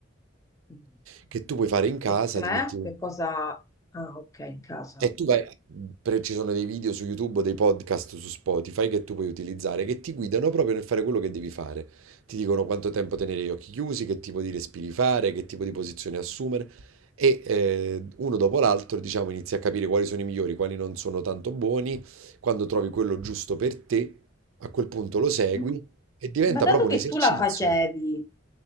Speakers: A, on the left; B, on the right.
A: mm.
B: che tu puoi fare in casa,
A: E cioè,
B: ti metti un...
A: che cosa... Ah, ok, in casa.
B: E tu vai, per- ci sono dei video su YouTube, dei podcast su Spotify che tu puoi utilizzare, che ti guidano proprio nel fare quello che devi fare. Ti dicono quanto tempo tenere gli occhi chiusi, che tipo di respiri fare, che tipo di posizione assumere e eh, uno dopo l'altro, diciamo, inizi a capire quali sono i migliori, quali non sono tanto buoni. Quando trovi quello giusto per te, a quel punto lo segui
A: Mm.
B: e diventa
A: Ma dato
B: proprio
A: che
B: un esercizio.
A: tu la facevi,